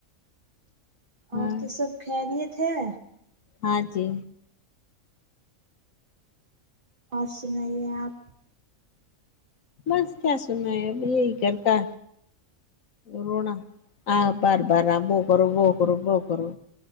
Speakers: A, on the right; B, on the left.
A: اور
B: ہاں
A: تو سب خریت ہے
B: ہاں جی
A: اور سنائیے آپ
B: بس کیا سنایے ابھی یہی کر تا رونا آ بار بار اپ وہ کرو وہ کرو وہ کرو